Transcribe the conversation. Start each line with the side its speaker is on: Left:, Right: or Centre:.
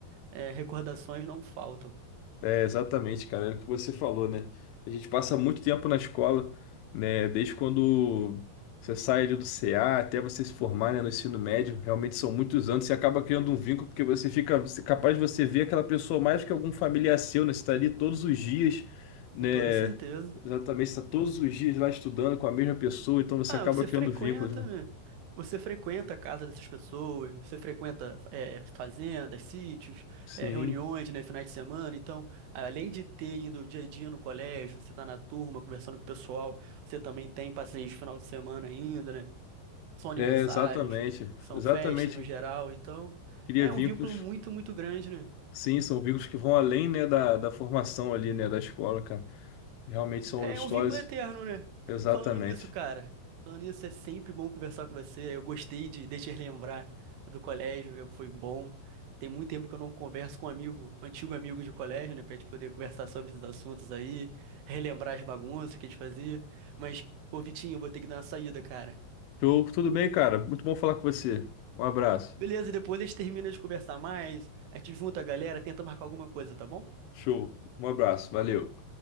Right: é, recordações não faltam,
Left: É, exatamente, cara, é o que você falou, né? A gente passa muito tempo na escola, né? Desde quando você sai ali do CA até você se formar, né, no ensino médio, realmente são muitos anos, você acaba criando um vínculo, porque você fica você- capaz de você ver aquela pessoa mais que algum familiar seu, né? Você tá ali todos os dias, né?
Right: com toda certeza.
Left: Exatamente, você tá todos os dias lá estudando com a mesma pessoa, então você
Right: Ah,
Left: acaba
Right: você
Left: criando
Right: frequenta,
Left: vínculos, né?
Right: né? Você frequenta a casa dessas pessoas, você frequenta é, fazendas, sítios,
Left: Sim,
Right: é, reuniões, né, finais de semana. Então, além de ter ido dia a dia no colégio, você tá na turma conversando com o pessoal, você também tem passeios de final de semana ainda, né? São aniversários,
Left: é, exatamente,
Right: são
Left: exatamente,
Right: festas no geral. Então,
Left: cria
Right: é
Left: vínculos.
Right: um vínculo muito, muito grande, né?
Left: Sim, são vínculos que vão além, né, da, da formação ali, né, da escola, cara. Realmente são
Right: É,
Left: histórias.
Right: é um vínculo eterno, né?
Left: Exatamente.
Right: Falando nisso, cara, falando nisso, é sempre bom conversar com você. Eu gostei de, de te lembrar do colégio, eu- foi bom. Tem muito tempo que eu não converso com um amigo, antigo amigo de colégio, né, pra gente poder conversar sobre esses assuntos aí, relembrar as bagunças que a gente fazia. Mas, ô Vitinho, eu vou ter que dar uma saída, cara.
Left: Show, tudo bem, cara? Muito bom falar com você. Um abraço.
Right: Beleza, depois a gente termina de conversar mais, a gente junta a galera, tenta marcar alguma coisa, tá bom?
Left: Show, um abraço, valeu.